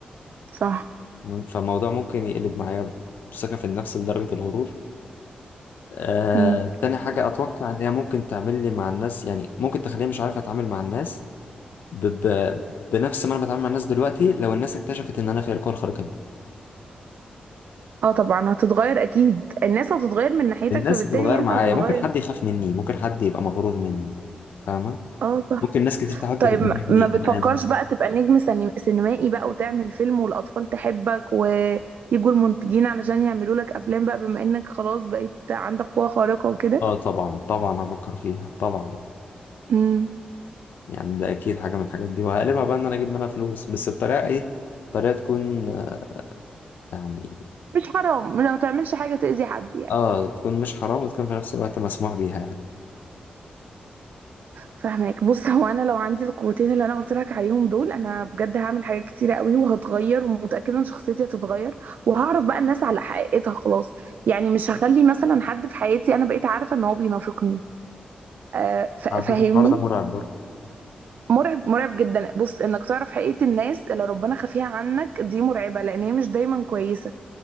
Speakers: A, on the right; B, on the left.
A: صح
B: تمام؟ فالموضوع ممكن يقلب معايا ثقة في النفس لدرجة الغرور آه،
A: مم.
B: تاني حاجة أتوقع إن هي ممكن تعمل لي مع الناس يعني ممكن تخليني مش عارف أتعامل مع الناس ب... ب... بنفس ما انا بتعامل مع الناس دلوقتي لو الناس اكتشفت ان انا فيا القوة الخارقة دي
A: اه طبعا هتتغير اكيد الناس هتتغير من ناحيتك
B: الناس
A: فبالتالي
B: هتتغير
A: انت
B: معايا
A: هتتغير
B: ممكن حد يخاف مني ممكن حد يبقى مغرور مني فاهمة
A: اه صح
B: ممكن ناس كتير تحاول تتجنبني
A: طيب ما ما بتفكرش
B: الان
A: بقى تبقى نجم سني- سينمائي بقى وتعمل فيلم والأطفال تحبك ويجوا المنتجين علشان يعملوا لك أفلام بقى بما إنك خلاص بقيت عندك قوة خارقة وكده
B: اه طبعا طبعا هفكر فيها طبعا
A: امم
B: يعني ده اكيد حاجة من الحاجات دي وهقلبها بقى ان انا اجيب منها فلوس بس بطريقة ايه طريقة تكون آه، يعني
A: مش حرام لا ما تعملش حاجة تأذي حد يعني
B: اه تكون مش حرام وتكون في نفس الوقت مسموح بيها يعني
A: فاهمك بص هو أنا لو عندي القوتين اللي أنا قلت لك عليهم دول أنا بجد هعمل حاجات كتيرة قوي وهتغير ومتأكدة إن شخصيتي هتتغير وهعرف بقى الناس على حقيقتها خلاص يعني مش هخلي مثلا حد في حياتي أنا بقيت عارفة إن هو بينافقني آه، ف-
B: على
A: فاهمني
B: فكرة الحوار ده مرعب برضه
A: مرعب مرعب جدا بص انك تعرف حقيقة الناس اللي ربنا خفيها عنك دي مرعبة لان هي مش دايما كويسة